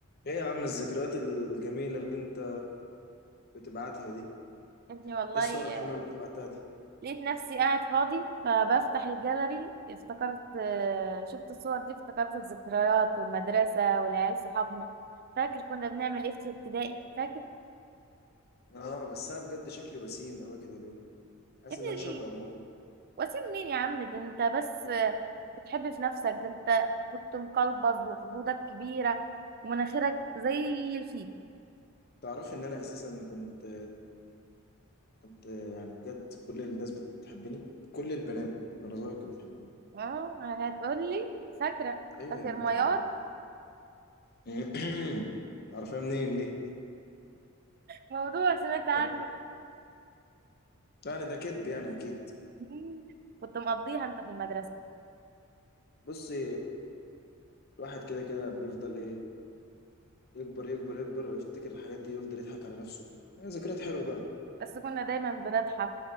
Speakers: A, on the left; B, on the right.
A: ايه يا عم الذكريات الجميلة اللي انت بتبعتها دي
B: اني والله
A: ايه الصور الحلوة
B: آه،
A: اللي انت بعتها دي
B: لقيت نفسي قاعد فاضي فبفتح الجاليري افتكرت آه، شفت الصور دي افتكرت الذكريات والمدرسة والعيال صحابنا فاكر كنا بنعمل ايه في ابتدائي فاكر
A: اه بس انا بجد شكلي وسيم قوي كده ليه حاسس
B: يا ابني
A: ان انا شاب
B: دي-
A: امور
B: وسيم مين يا عم ده انت بس آه، بتحب في نفسك ده انت كنت مقلبظ وخدودك كبيرة ومناخيرك زي الفيل
A: تعرف ان انا اساسا كنت كنت يعني بجد كل الناس بتحبني كل البنات وانا صغير كانت بتحبني
B: اه هتقولي فاكرة
A: ايوه
B: فاكر
A: يا بنت
B: ميار
A: الملاك <coughs> تعرفها <clears throat> منين دي
B: موضوع سمعت عنه
A: طب يعني ده كدب يعني اكيد
B: مم. كنت مقضيها انت في المدرسة
A: بصي الواحد كده كده بيفضل ايه يكبر يكبر يكبر ويفتكر الحاجات دي ويفضل يضحك على نفسه يعني ذكريات حلوة بقى
B: بس كنا دايما بنضحك